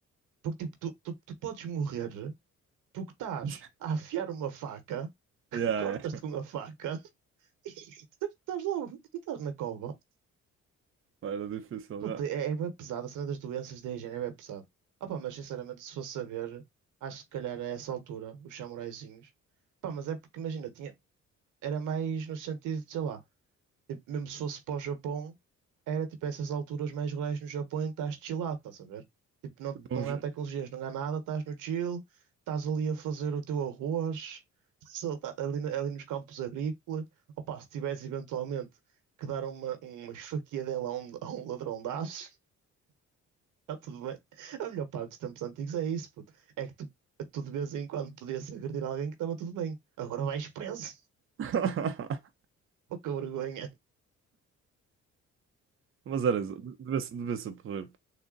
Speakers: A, on the right; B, on the right.
A: Porque tipo, tu, tu, tu podes morrer porque estás
B: <laughs>
A: a afiar uma faca, <laughs>
B: Yeah,
A: cortas-te
B: yeah.
A: com a faca <laughs> e estás logo, estás na cova.
B: Pá, Era difícil,
A: Puta,
B: yeah.
A: é, é bem pesado, a cena das doenças da higiene é bem pesado. Opa, mas sinceramente, se fosse saber, acho que se calhar a essa altura, os samuraizinhos. Pá, mas é porque imagina, tinha, era mais no sentido de, sei lá, Tipo, mesmo se fosse para o Japão, era tipo essas alturas mais rurais no Japão em que estás chillado, estás a ver? Tipo, não,
B: Bom,
A: não
B: já-
A: há tecnologias, não há nada, estás no chill, estás ali a fazer o teu arroz, <laughs> só tá- ali, na- ali nos campos agrícolas. Opa, se tiveres eventualmente que dar uma, uma esfaquiadela a um, a um ladrão de aço, está <laughs> tudo bem. A melhor parte dos tempos antigos é isso, puto. É que tu, tu de vez em quando podias agredir alguém que estava tudo bem. Agora vais preso.
B: <laughs>
A: <laughs> Pouca vergonha.
B: Mas era isso, devia ser devia ser porreiro,